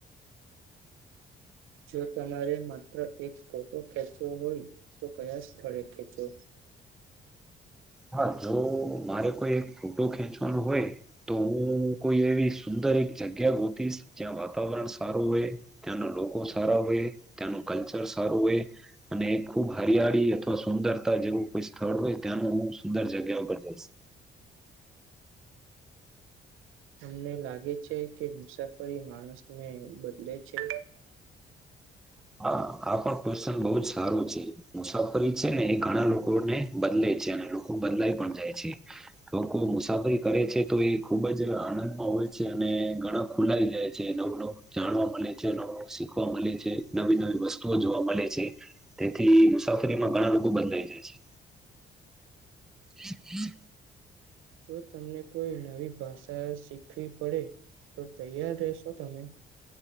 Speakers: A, on the right; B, in the centre.
A: જો તમારે માત્ર એક ફોટો ખેંચવો હોય તો કયા સ્થળે ખેંચો
B: હા જો મારે કોઈ એક ફોટો ખેંચવાનો હોય તો હું કોઈ એવી સુંદર એક જગ્યા ગોતીશ જ્યાં વાતાવરણ સારું હોય ત્યાંન લોકો સારા હોય ત્યાંનું કલ્ચર સારું હોય અને ખુબ હરિયાળી અથવા સુંદરતા જેવું કોઈ સ્થળ હોય ત્યાંનું હું સુંદર જગ્યા ઉપર જઈશ
A: તમને લાગે છે કે મુસાફરી માણસને બદલે છે
B: હા આ પણ ક્વેશચન બહુ જ સારું છે મુછાફરી છે ને એ ઘણા લોકોને બદલે છે અને લોકો બદલાઈ પણ જાય છે લોકો મુસાફરી કરે છે તો એ ખુબ જ આનંદમાં હોય છે અને ઘણા ખુલાય જાય છે નવું નવું જાણવા મળે છે નવું નવું શીખવા મલે છે નવી નવી વસ્તુઓ જોવા મલે છે તેથી મુસાફરીમાં ઘણા લોકો બદલાઈ જાય છે હમ હમ
A: જો તમને કોઈ નવી ભાષા શીખવી પડે તો તૈયાર રહેશો તમે